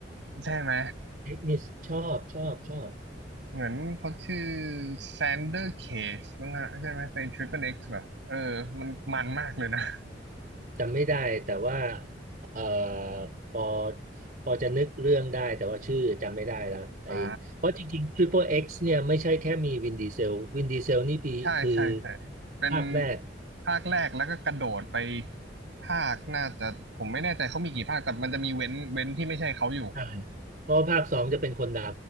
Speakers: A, on the right; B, on the right.
A: ใช่ไหม
B: นี่ชอบชอบชอบ
A: เหมือนเขาชื่อแซนเดอร์เคจมังฮะใช่ไหมในทริป l e X เอ็กซ์แบบ เออมันมันมากเลยนะ
B: จำไม่ได้แต่ว่าเอ่อพอพอจะนึกเรื่องได้แต่ว่าชื่อจำไม่ได้แล้วไอ้เพราะจริงๆ
A: <laughs> อ่า
B: Triple X เนี่ยไม่ใช่แค่มีวินดีเซลวินดีเซลนี่ปีคือ
A: ใช่ ใช่ ใช่ เป็น
B: ภาคแรก
A: ภาคแรกแล้วก็กระโดดไปภาคน่าจะผมไม่แน่ใจเขามีกี่ภาค แต่มันจะมีเว้นเว้นที่ไม่ใช่เขาอยู่
B: ใช่เพราะว่าภาคสองจะเป็นคนด